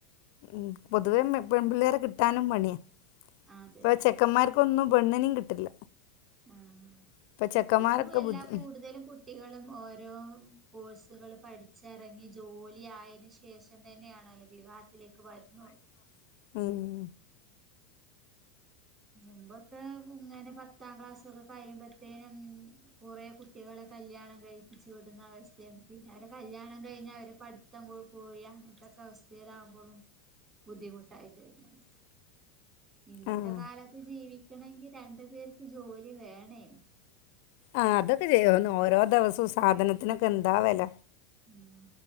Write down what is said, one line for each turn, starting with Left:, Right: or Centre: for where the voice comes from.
Left: ഉം പൊതുവേ പെമ്പിള്ളേരെ കിട്ടാനും പണ്യാ
Right: അതന്നെ
Left: ഇപ്പൊ ചേ ക്കെന്മാർക്കൊന്നും പെണ്ണിനിം കിട്ടില്ല
Right: ആഹ്
Left: ഇപ്പൊ ചെക്കന്മാരൊക്കെ
Right: ഇപ്പു എല്ലാ
Left: ബുദ്ധി
Right: കൂടുതലും കു കുട്ടികളും ഓരോ കോഴ്സുകള് പഠിച്ചെറങ്ങി ജോലി ആയേന് ശേഷം തന്നെയാണല്ലോ വിവാഹത്തിലേക്ക് വരുന്നുള്ളൂ
Left: വരുന്നത് ഉം
Right: മുമ്പൊക്കെ ഇങ്ങനെ പത്താം ക്ലാസൊക്കെ കഴിയുമ്പോത്തേനും കുറെ കുട്ടികളെ കല്യാണം കഴിപ്പിച്ച് വിടുന്ന അവസ്ഥയാണ് പിന്നെ അവരെ കല്യാണം കഴിഞ്ഞാൽ അവരെ പഠി ത്തംങ്കോട് പോയ അങ്ങന്നെത്തൊക്കെ അവസ്ഥയിലാവുമ്പോഴും ബുദ്ധിമുട്ടായിട്ട് വരുന്നുണ്ട് ഇന്നത്തെ
Left: ആഹ്
Right: കാലത്ത് ജീവിക്കണങ്കിൽ രണ്ടു പേർക്ക് ജോലി വേണേനിം
Left: ആഹ് അതൊക്കെ ശര്യാണ് ഓരോ ദെവസോം സാധനത്തിനൊക്കെ എന്താ വെല
Right: ഉം